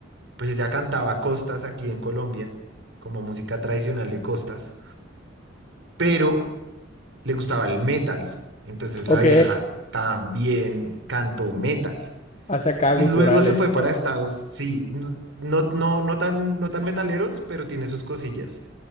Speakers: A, on the right (about 70°); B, on the left (about 35°).
A: pues ella cantaba costas aquí en Colombia, como música tradicional de costas, pero le gustaba el metal. Entonces
B: Ok,
A: la vieja también cantó metal.
B: Hace acá
A: Y
B: guturales
A: luego se fue
B: y todo.
A: para Estados, sí, no, no, no, no tan, no tan metaleros, pero tiene sus cosillas.